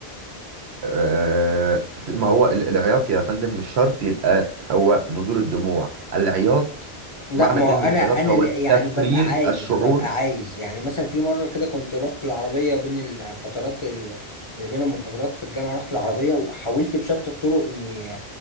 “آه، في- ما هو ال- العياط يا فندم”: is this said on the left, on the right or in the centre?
Right